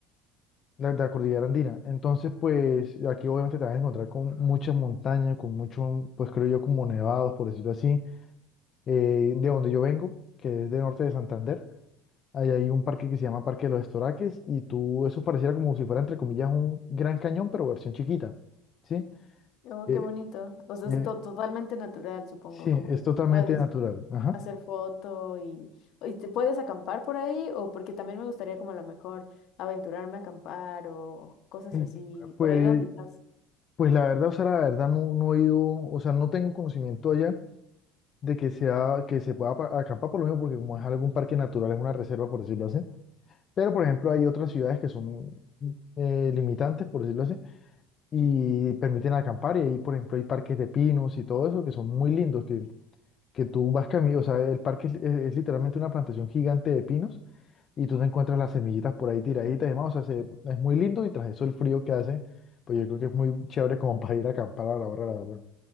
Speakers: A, on the left (about 40°); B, on the left (about 65°).
A: la, de la cordillera andina. Entonces, pues aquí obviamente te vas a encontrar con muchas montañas, con muchos, pues creo yo, como nevados, por decirlo así. Eh, de donde yo vengo, que es de norte de Santander, ahí hay un parque que se llama Parque de los Estoraques y tú, eso pareciera como si fuera, entre comillas, un gran cañón, pero versión chiquita. ¿sí?
B: Oh,
A: Eh,
B: qué bonito. O sea,
A: eh,
B: es to- totalmente natural, supongo,
A: sí, es
B: como que
A: totalmente
B: puedes
A: natural. Ajá.
B: hacer
A: <clears throat>
B: foto y, y te puedes acampar por ahí o porque también me gustaría como a lo mejor aventurarme a acampar o cosas
A: Mm.
B: así,
A: Pues,
B: por ahí donde estás.
A: pues la verdad, o sea, la verdad no, no he ido, o sea, no tengo conocimiento allá de que sea, que se pueda pa- acampar por lo mismo, porque como es algún parque natural, es una reserva, por decirlo así. Pero, por ejemplo, hay otras ciudades que son eh, limitantes, por decirlo así, y permiten acampar. Y ahí, por ejemplo, hay parques de pinos y todo eso que son muy lindos, que, que tú vas camino, o sea, el parque es es- es literalmente una plantación gigante de pinos y tú te encuentras las semillitas por ahí tiraditas y demás. O sea, se- es muy lindo y tras eso el frío que hace, pues yo creo que es muy chévere como para ir a acampar a la hora, la verdad.